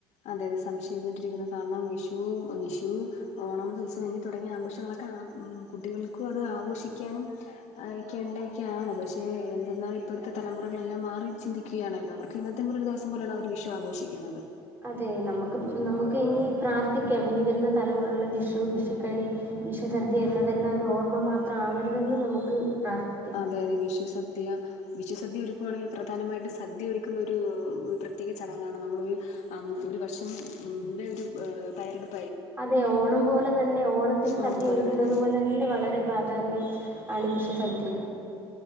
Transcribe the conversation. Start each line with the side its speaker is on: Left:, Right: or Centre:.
Left: അതെ അതെ സംശയികണ്ടിരിക്കുന്നു കാരണം വിഷു വിഷു ഓണം, ഉത്സവം, എന്നി തുടങ്ങിയ ആഘോഷങ്ങളൊക്കെ കുട്ടികൾക്കും അത് ആഘോഷിക്കാനും ആരെക്കെ ഇണ്ടായിക്കാണ് പക്ഷേ എന്തെന്നാ ഇപ്പഴത്തെ തലമുറകളെല്ലാം മാറി ചിന്തിക്കുകയാണല്ലോ അവർ കിന്നത്തെപോലൊരു ദിവസം പോലാണ് അവര് വിഷു ആഘോഷിക്കുന്നത്.
Right: അതെ നമുക്ക് നമുക്ക് ഇനി പ്രാർത്ഥിക്കാം ഇനി വരുന്ന തലമുറകൾ വിഷു വിഷുക്കണി വിശുസദ്യ എന്നത് എല്ലാരും ഒരു ഓർമ്മ മാത്രം ആവരുതെന്ന് നമുക്ക് പ്രാർത്ഥി
Left: അതയത് വിഷു സദ്യയ. വിഷു സദ്യ ഒരുക്കുകയാണെങ്കിൽ പ്രധാനമായിട്ട് സദ്യ ഒരുക്കുന്ന ഒരു ഒരു പ്രത്യേക ചടങ്ങാണ്. നമ്മളൊരു ആ ഒരു വർഷം ഉ് ഒരു തയ്യറെടുപ്പ
Right: അതെ ഓണം പോലെ തന്നെ ഓണത്തിന് സദ്യ
Left: ഓണം
Right: ഒരുക്കുന്നത്.
Left: തന്നെ
Right: പോലെ തന്നെ വളരെ പ്രാധാന്യം. അണു വിഷ സദ്യയ.